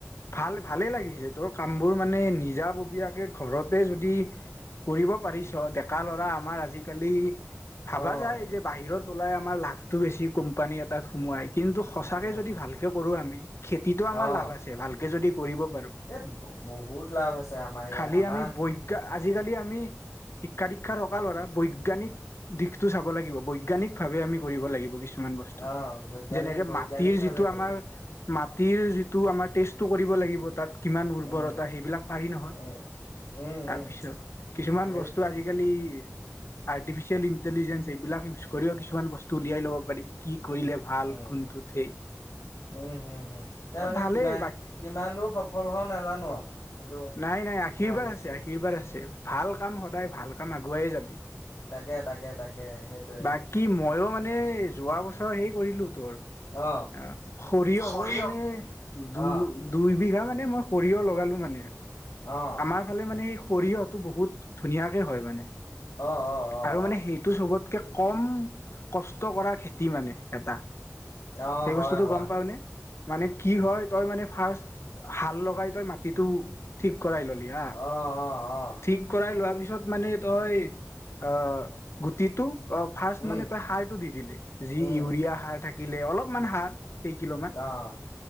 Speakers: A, on the left; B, on the left.
A: ভাল ভালে লাগিছে, তোৰ কামবোৰ মানে নিজে নিজাববীয়াকে ঘৰতে যদি কৰিব পাৰিছ ডেকা ল'ৰা, আমাৰ আজিকালি ভাবা
B: অঁ
A: যায় যে বাহিৰত তলাই আমাৰ লাভটো বেছি কোম্পানী এটাত সোমোৱাই কিন্তু সঁচাকে
B: অঁ
A: যদি ভালকে কৰো আমি। খেতিটো আমাৰ
B: অঁ
A: লাভ আছে, ভালকে যদি কৰিব পাৰো।
B: এই বহুত লাভ আছে আমাৰ ইয়াৰ
A: খালি
B: আমাৰ
A: আমি বৈজ্ঞানিক আজিকালি আমি শিক্ষা, দীক্ষাত থকা ধৰা বৈজ্ঞানিক দিশতটো চাব লাগিব বৈজ্ঞানিক ভাৱে আমি কৰিব লাগিব কিছুমান বস্তু,
B: অঁ বৈজ্ঞানিক
A: যেনে
B: বৈজ্ঞানিকভাৱে
A: মাটিৰ যিটোৰ
B: কৰিব
A: আমাৰ, মা তিৰ যিটো আমাৰ টেষ্টটো কৰিব লাগিব তাত কিমান উৰ্বৰতা
B: উম
A: সেইবিলাক পাৰি নহয়।
B: উম উম
A: তাৰপিছত
B: উম
A: কিছুমান
B: সেইটোৱে
A: বস্তু আজিকালি আৰ্টিফিচিয়েল ইন্টিজেঞ্চ এইবিলাক ইউজ কৰিও কিছুমান বস্তু উলিয়াই ল'ব পাৰি কি কি কৰিলে ভাল
B: উম
A: কোনটোত সেই
B: এতিয়া মানে
A: ভালেই
B: কিমান,
A: বা
B: কিমান দূৰ সফল হওঁ নাজানো আৰু সেইটো
A: নাই, নাই আশীৰ্বাদ
B: ভাবিছোঁ
A: আছে, আশীৰ্বাদ আছে। ভাল কাম, সদায় ভাল কাম আগুৱাই যাবি।
B: তাকে তাকে তাকে সেইটোৱে
A: বাকী ময়ো মানে যোৱা বছৰ হেই কৰিলো তোৰ অ'
B: অঁ
A: সৰিয়হৰ
B: সৰিয়হ
A: মানে দুই
B: অঁ
A: দুইবিঘা মানে মানে মই সৰিয়হ লগালো মানে
B: অঁ
A: আমাৰ ফালে মানে সেই সৰিয়হটো বহুত ধুনীয়াকে হয় মানে।
B: অঁ অঁ অঁ
A: আৰু মানে
B: অঁ
A: সেইটো চবতকে কম কষ্ট কৰা খেতি মানে এটা।
B: অঁ
A: সেই
B: হয়
A: বস্তুতটো
B: হয়
A: গম
B: হয়
A: পাওনে মানে কি হয় তই মানে ফাৰ্ষ্ট হাল লগাই তই মাটিতো ঠিক কৰাই ললি হা
B: অঁ অঁ অঁ
A: ঠিক কৰাই লোৱা পিছত পিছত মানে তই আহ গুটিটো অ' ফাৰ্ষ্ট
B: উম
A: মানে তই সাৰটো দি দিলি, যি
B: উম
A: ইউৰিয়া সাৰ থাকিলে অলপমান সাৰ কেই কিলো মান
B: অঁ